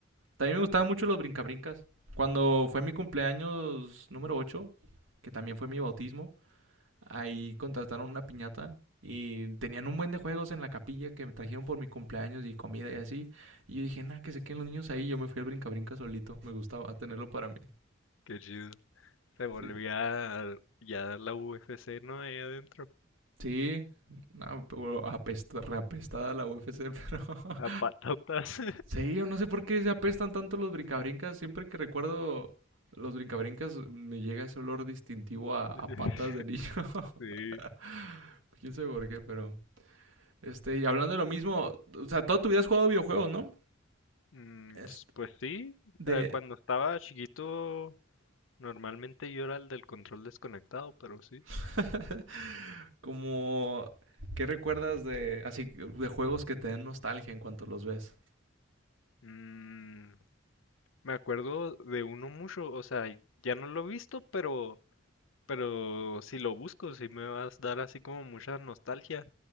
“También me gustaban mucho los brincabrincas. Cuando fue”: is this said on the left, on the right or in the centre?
Right